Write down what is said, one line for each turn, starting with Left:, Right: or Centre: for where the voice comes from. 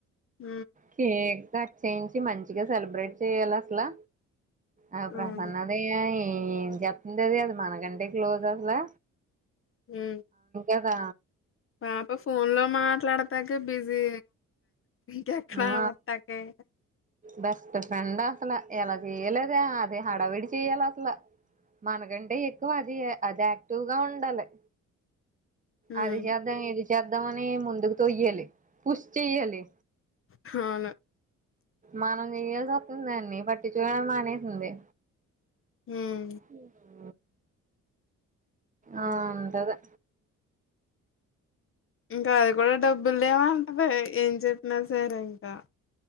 Left: అ
Right: కేక్ కట్ చేయించి మంచిగా సెలబ్రేట్ చెయాలి అసలా ఆ ప్రసన్నత
Left: అవును.
Right: ఏం చెప్పంది అది అది మనకంటే క్లోజ్ అసలా
Left: హ
Right: ఇకా
Left: పాప ఫోన్ లో మాట్లాడతాక బిజీ ఇంకా ఎక్కడ
Right: ఆ
Left: వస్తాయి
Right: బెస్ట్ ఫ్రెండ్స్ అసలు ఎలా చెయలేద అదే హడావిడి చెయ్యాల అసలు మనకంటే ఎక్కువ అది అది యాక్టివ్గా ఉండాలి
Left: హ్మ్.
Right: అది చేద్దాం ఇది చేద్దాం అని ముందుకుతీయాలి పూష్ చెయ్యాలి
Left: అవును
Right: మనం చెయయాల్సి వస్తుంది అాన్నన్ని పట్టి చూడడం మానేసింది
Left: హ్మ్.
Right: ఉ
Left: హ్మ్.
Right: ఆ అంతదే
Left: ఇంకా అది కూడా డబ్బులు ఏమంటది ఏం చెప్పినా సరే ఇంకా